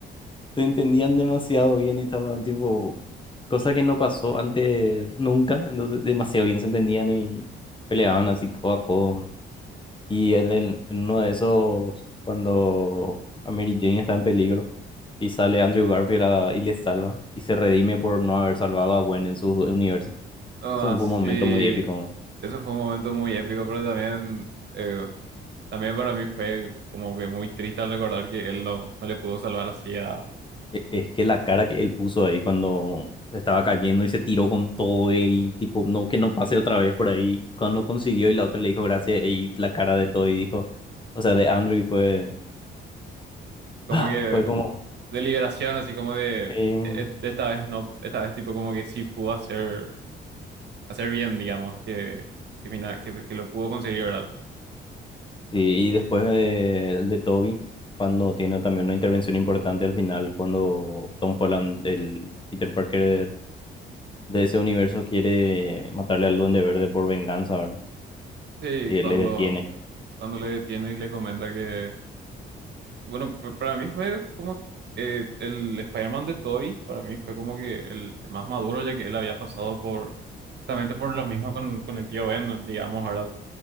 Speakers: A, on the left; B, on the right.
A: te entendían demasiado bien y estaban tipo, cosa que no pasó antes nunca, entonces demasiado bien se entendían y peleaban así codo a codo. Y él en en uno de esos, cuando a Mary Jane está en peligro y sale Andrew Garfield a- y le salva y se redime por no haber salvado a Gwen en su universo.
B: Ah,
A: Eso fue
B: sí.
A: un momento muy épico.
B: Eso fue un momento muy épico, pero también, eh, también para mí fue como que muy triste al recordar que él no, no le pudo salvar así a...
A: E- Es que la cara que él puso ahí cuando estaba cayendo y se tiró con todo y tipo, no, que no pase otra vez por ahí, cuando consiguió y la otra le dijo gracias y la cara de todo y dijo, o sea, de Andrew fue,
B: Como
A: ah,
B: que
A: fue como,
B: de liberación, así como de
A: sí,
B: "E- e, esta vez no, esta vez tipo como que sí pudo hacer, hacer bien, digamos, que, que, fina- que, que lo pudo conseguir, ¿verdad?
A: sí, y después de de Toby, cuando tiene también una intervención importante al final, cuando Tom Holland, el Peter Parker de, de ese universo, quiere matarle al Duende Verde por venganza, ¿verdad?
B: Sí,
A: Y
B: cuando,
A: él le detiene.
B: cuando le detiene y le comenta que, bueno, p- para mí fue como que eh, el Spider-Man de Tobey, para mí fue como que el, el más maduro, ya que él había pasado por, justamente por lo mismo con, con el tío Ben, digamos, ¿verdad?